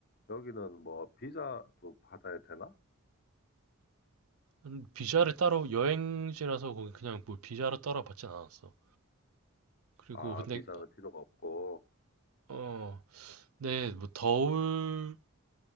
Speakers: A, on the left; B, on the right.
A: 여기는 뭐 비자도 받아야 되나?
B: 음. 비자를 따로, 여행지라서 거기 그냥 뭐 비자를 따로 받진 않았어. 그리고
A: 아,
B: 근데,
A: 비자는 필요가 없고,
B: 어, 네, 뭐 더울